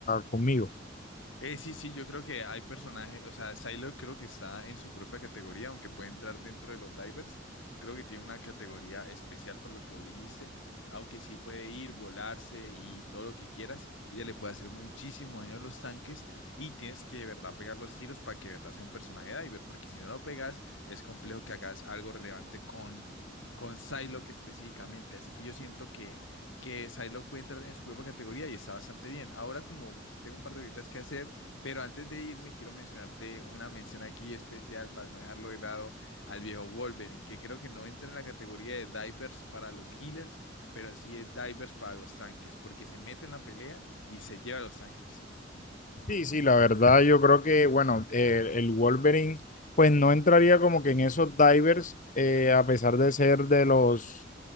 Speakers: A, on the left; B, on the left.
A: conmigo.
B: Eh, sí, sí, yo creo que hay personajes, o sea, Psylocke creo que está en su propia categoría, aunque puede entrar dentro de los divers, creo que tiene una categoría especial por lo que vos dijiste, aunque sí puede ir, volarse y todo lo que quieras, ella le puede hacer muchísimo daño a los tanques y tienes que de verdad pegar los tiros para que de verdad sea un personaje diver, porque si no lo pegas es complejo que hagas algo relevante con, con Psylocke específicamente, así que yo siento que que Psylocke puede entrar en su propia categoría y está bastante bien. Ahora como tengo un par de horitas que hacer, pero antes de irme quiero mencionarte una mención aquí especial para no dejarlo de lado al viejo Wolverine, que creo que no entra en la categoría de divers para los healers, pero sí es divers para los tanques, porque se mete en la pelea y se lleva a los tanques.
A: Sí, sí, la verdad yo creo que, bueno, eh, el Wolverine pues no entraría como que en esos divers, eh, a pesar de ser de los